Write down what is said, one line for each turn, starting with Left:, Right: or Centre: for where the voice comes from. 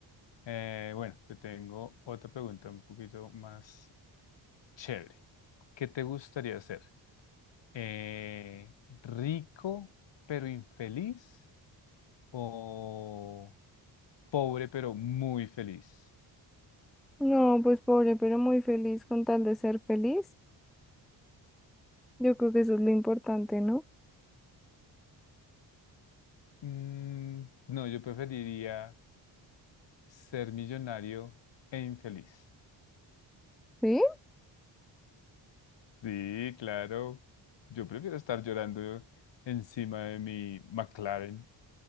Left: Eh, bueno, te tengo otra pregunta un poquito más chévere. ¿Qué te gustaría ser? Eh, ¿rico pero infeliz o pobre pero muy feliz?
Centre: No, pues pobre, pero muy feliz con tal de ser feliz. Yo creo que eso es lo importante, ¿no?
Left: Mm, no, yo preferiría ser millonario e infeliz.
Centre: ¿Sí?
Left: Sí, claro. Yo prefiero estar llorando encima de mi McLaren.